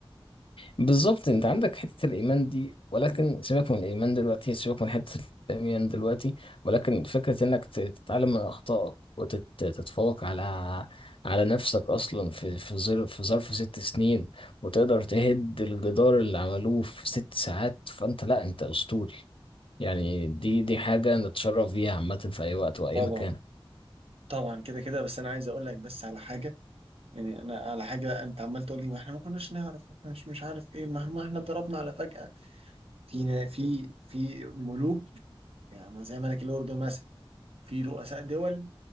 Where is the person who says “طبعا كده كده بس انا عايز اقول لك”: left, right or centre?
Right